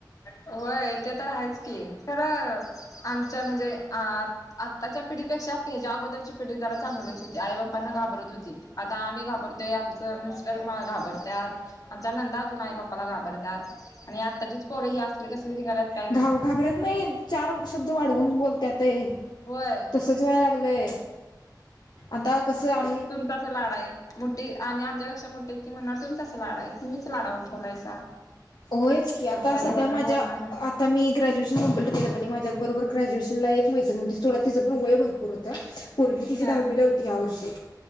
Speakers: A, on the left (about 50°); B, on the left (about 70°).
A: होय ते तर आहेच की खरं आमच्या म्हणजे अ आत्ताच्या पिढीपेक्षा त्याच्या अगोदरची पिढी जरा चांगलीच होती. आई बापांना घाबरत होती. आता आम्ही घाबरतोय आमच मिस्टर मला घाबरत्यात. आमचा नंदा अजून आई बाप्पाला घाबरत्यात आणि आत्ताचीच पोर ही असली कसली निघाल्यात. काय माहित
B: घाव घाबरत नाहीत चार शब्द वाढवून बोलत्यातय,
A: होय
B: तसंच होय य लागलंय, आता कसं आम्ही
A: असं लाड आहे. मोठी आणि आमच्यापैक्षा मोठी ती म्हणणार तुमचाच लाड आहे तुम्हीच लाडावून ठेवलायसा.
B: होयच की आता
A: असं आणि
B: सध्या
A: वरण
B: माझ्या
A: बोलणार
B: आता मी ग्रॅज्युएशन कंप्लीट केलं की नी माझ्या बरोबर ग्रॅज्युएशनला एक मैत्रीण होती थोडं तिझ पण वय भरपूर होतं. पोरगी तिची
A: हा
B: दहावीला होती यावर्षी